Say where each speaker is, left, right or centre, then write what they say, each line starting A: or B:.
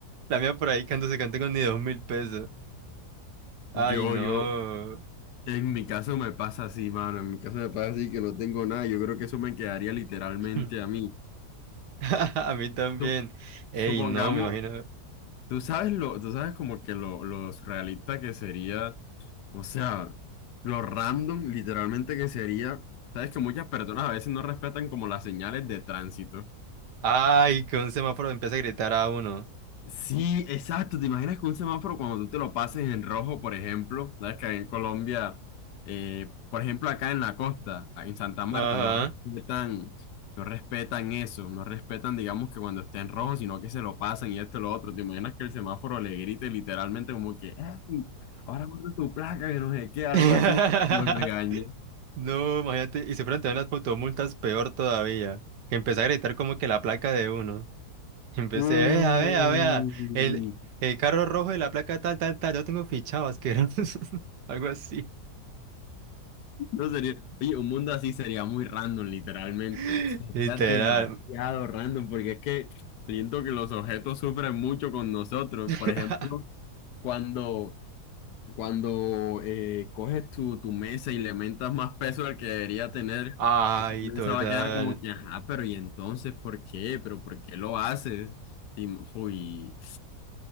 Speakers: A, on the right; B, on the left.
A: La mía por ahí cantándose cante con ni dos mil pesos. Ay,
B: Yo,
A: no.
B: yo, En mi caso me pasa así, mano. En mi caso me pasa así que no tengo nada. Yo creo que eso me quedaría literalmente
A: <laughs>
B: a mí.
A: <clears throat> A mí también.
B: Sup-
A: Ey,
B: Supongamos,
A: no, me imagino.
B: tú sabes lo, tú sabes como que lo, lo surrealista que sería, o sea, lo random literalmente que sería. Sabes que muchas personas a veces no respetan como las señales de tránsito.
A: Ay, que un semáforo empieza a gritar a uno.
B: Sí, exacto. ¿Te imaginas que un semáforo cuando tú te lo pases en rojo, por ejemplo, sabes que ahí en Colombia, eh, por ejemplo, acá en la costa, en Santa Marta,
A: Ajá.
B: no respetan, no respetan eso, no respetan, digamos, que cuando esté en rojo, sino que se lo pasan y esto y lo otro. ¿Te imaginas que el semáforo le grite literalmente como que, ¡Ey! Ahora guarda tu placa, que no sé qué, algo
A: <laughs>
B: así, como que lo regañe.
A: No, imagínate, y se fueron también las fotomultas peor todavía, que empecé a gritar como que la placa de uno. <laughs> Empecé,
B: Uh.
A: vea, vea, vea, el, el carro rojo de la placa tal, tal, tal, yo tengo fichado, asqueroso, <laughs> algo así,
B: No sería, oye, un mundo así sería muy random, literalmente.
A: <laughs>
B: Sería
A: literal.
B: demasiado random, porque es que siento que los objetos sufren mucho con nosotros.
A: <laughs>
B: Por ejemplo, cuando, cuando eh, coges tu, tu mesa y le aumentas más peso del que debería tener,
A: Ay,
B: esa mesa
A: total.
B: va a quedar como que, ajá, pero ¿y entonces por qué? ¿Pero por qué lo haces? Tim- Uy,